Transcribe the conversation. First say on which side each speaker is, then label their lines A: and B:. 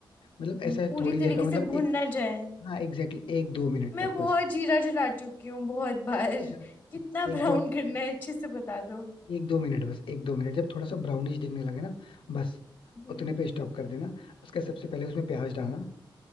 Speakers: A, on the left; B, on the left.
A: मतलब
B: हम्म,
A: ऐसा है
B: पूरी
A: थोड़ी देर
B: तरीके
A: का मतलब
B: से भुन
A: एक
B: ना जाए
A: हाँ एग्जैक्टली exactly, एक दो मिनट
B: मैं
A: तक
B: बहुत
A: बस
B: जीरा जला चुकी हूँ बहुत बार
A: नहीं नहीं ज्यादा नहीं,
B: कितना ब्राउन
A: एक दो
B: करना है अच्छे से बता दो
A: एक दो मिनट बस एक दो मिनट जब थोड़ा सा ब्राउनिश दिखने लगे ना बस
B: हम्म
A: उतने पे स्टॉप कर देना उसका सबसे पहले उसमें प्याज डालना